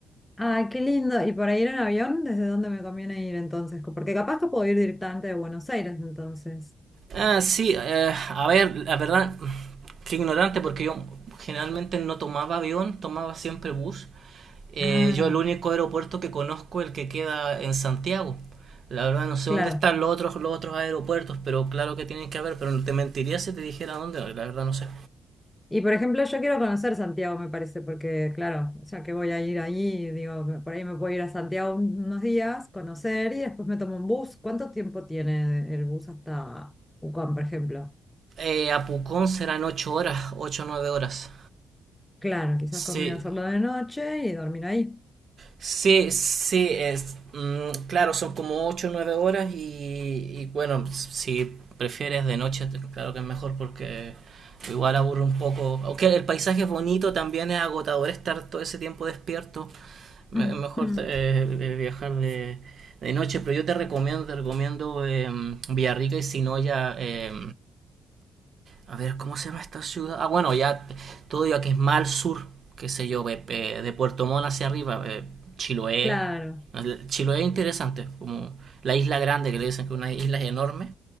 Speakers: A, on the left (about 15°); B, on the right (about 55°).
A: Ay, qué lindo. ¿Y para ir en avión, desde dónde me conviene ir entonces? Co- Porque capaz que puedo ir directamente de Buenos Aires entonces.
B: Ah, sí, eh, a ver, la verdad, qué ignorante porque yo generalmente no tomaba avión, tomaba siempre bus. Eh,
A: Ah,
B: yo el único aeropuerto que conozco es el que queda en Santiago. La verdad no sé
A: Claro.
B: dónde están los otros, los otros aeropuertos, pero claro que tienen que haber, pero te mentiría si te dijera dónde, la verdad no sé.
A: Y por ejemplo, yo quiero conocer Santiago, me parece, porque claro, o sea que voy a ir allí, digo, me- por ahí me puedo ir a Santiago un- unos días, conocer y después me tomo un bus. ¿Cuánto tiempo tiene el bus hasta Pucón, por ejemplo?
B: Eh, a Pucón serán ocho horas, ocho o 9 horas.
A: Claro, quizás
B: Sí,
A: conviene hacerlo de noche y dormir ahí.
B: Sí, sí, es, mm, claro, son como ocho o 9 horas y, y bueno, si prefieres de noche, te- claro que es mejor porque igual aburre un poco. Aunque el paisaje es bonito, también es agotador estar todo ese tiempo despierto. Me-
A: <laughs>
B: Es mejor eh, eh, viajar de, de noche, pero yo te recomiendo, te recomiendo eh, Villarrica y Sinoya. eh, a ver, ¿cómo se llama esta ciudad? Ah, bueno, ya todo ya que es más al sur, qué sé yo, ve- eh, de Puerto Montt hacia arriba, eh, Chiloé.
A: Claro.
B: El- Chiloé es interesante, como la isla grande que le dicen que es una isla enorme,